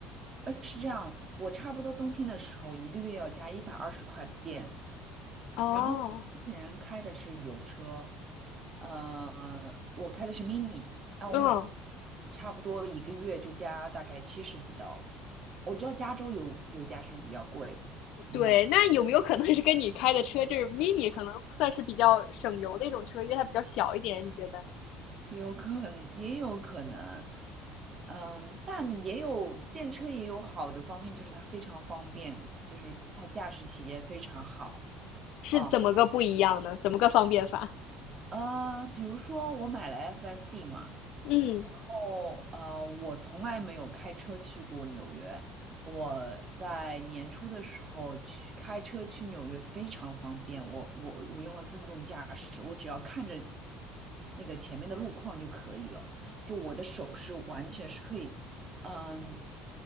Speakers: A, on the right; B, on the left.
A: 呃，是这样，我差不多冬天的时候一个月要加一百二十块电，
B: 哦，
A: 然后之前开的是油车，呃，我开的是 mini，那我每次
B: 嗯，
A: 差不多一个月就加大概七十几刀。我知道加州油油价是不是比较贵？嗯，
B: 对，那有没有可能是跟你开的车就是 mini，可能算是比较省油的一种车，因为它比较小一点，你觉得
A: 有可能，也有可能，嗯，但也有电车也有好的方面，就是它非常方便，就是它驾驶体验非常好
B: 是怎么个不一样呢？
A: 啊。
B: 怎么个方便法？
A: 呃，比如说我买了 FSD 嘛。
B: 嗯
A: 哦，呃，我从来没有开车去过纽约。我在年初的时候去开车去纽约非常方便，我我我用了自动驾驶，我只要看着那个前面的路况就可以了。就我的手是完全是可以，嗯，